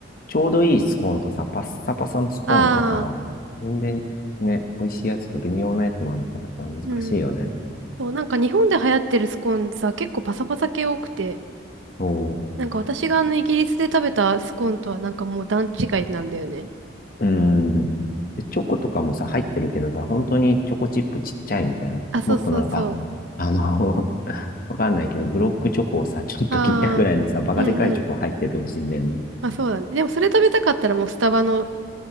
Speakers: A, on the left (about 45°); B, on the right (about 80°).
A: ちょうどいいスコーンとさ、パッサパサのスコーンとさ、
B: ああ、
A: 全然ね、美味しいやつと微妙なやつもあるからさ、難しいよね。
B: うん。そう、なんか日本で流行ってるスコーンさ、結構パサパサ系多くて、
A: そう
B: なんか私があのイギリスで食べたスコーンとはなんかもう段違いなんだよね。
A: うん。で、チョコとかもさ、入ってるけどさ、本当にチョコチップちっちゃいみたいな。
B: あ、そうそうそう。
A: もっとなんか、あの <laughs> わかんないけど、ブロックチョコをさ、ちょっと切ったぐらいのさ、
B: ああ、
A: バカでかいチョコ入っててほしいんだよね。
B: うんうんまあそうだね。でもそれ食べたかったらもうスタバの